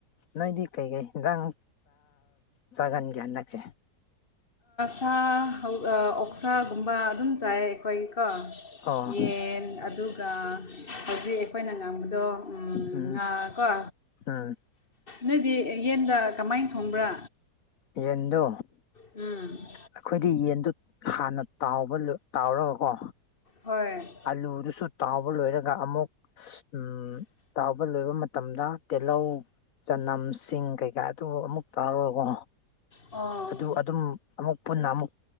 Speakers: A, on the left (about 55°); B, on the left (about 30°).
A: ꯅꯣꯏꯗꯤ ꯀꯩꯀꯩ ꯍꯟꯖꯥꯡ ꯆꯥꯒꯟꯒꯦ ꯍꯟꯗꯛꯁꯦ
B: ꯁꯥ ꯑꯣꯛꯁꯥꯒꯨꯝꯕ ꯑꯗꯨꯝ ꯆꯥꯏ ꯑꯩꯈꯣꯏ ꯀꯣ
A: ꯑꯣ
B: ꯌꯦꯟ ꯑꯗꯨꯒ ꯍꯧꯖꯤꯛ ꯑꯩꯈꯣꯏꯅ ꯉꯥꯡꯕꯗꯣ
A: ꯎꯝ
B: ꯉꯥ ꯀꯣ
A: ꯍ
B: ꯅꯣꯏꯗꯤ ꯌꯦꯟꯗ ꯀꯃꯥꯏꯅ ꯊꯣꯡꯕ꯭ꯔꯥ
A: ꯌꯦꯟꯗꯨ
B: ꯎꯝ
A: ꯑꯩꯈꯣꯏꯗꯤ ꯌꯦꯟꯗꯨ ꯍꯥꯟꯅ ꯇꯥꯎꯕ ꯇꯥꯎꯔꯒꯀꯣ
B: ꯍꯣꯏ
A: ꯑꯂꯨꯗꯨꯁꯨ ꯇꯥꯎꯕ ꯂꯣꯏꯔꯒ ꯑꯃꯨꯛ ꯎ ꯇꯥꯎꯕ ꯂꯣꯏꯕ ꯃꯇꯝꯗ ꯇꯤꯍꯧ ꯆꯅꯝ ꯁꯤꯡ ꯀꯩꯀꯥ ꯑꯗꯨ ꯑꯃꯨꯛ ꯇꯥꯔꯨꯔꯀꯣ
B: ꯑꯣ
A: ꯑꯗꯨ ꯑꯗꯨꯝ ꯑꯃꯨꯛ ꯄꯨꯟꯅ ꯑꯃꯨꯛ